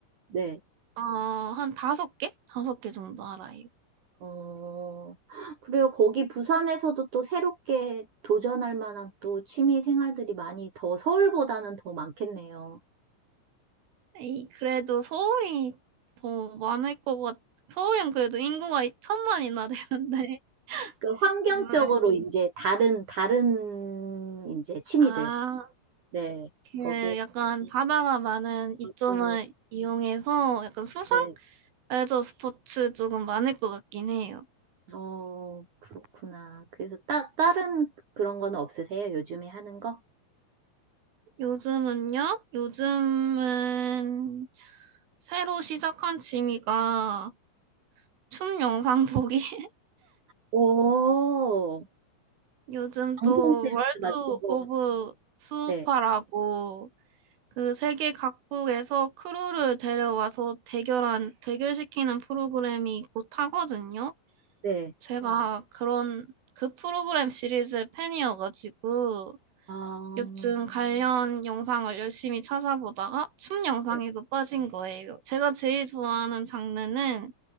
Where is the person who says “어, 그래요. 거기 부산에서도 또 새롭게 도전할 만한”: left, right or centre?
Right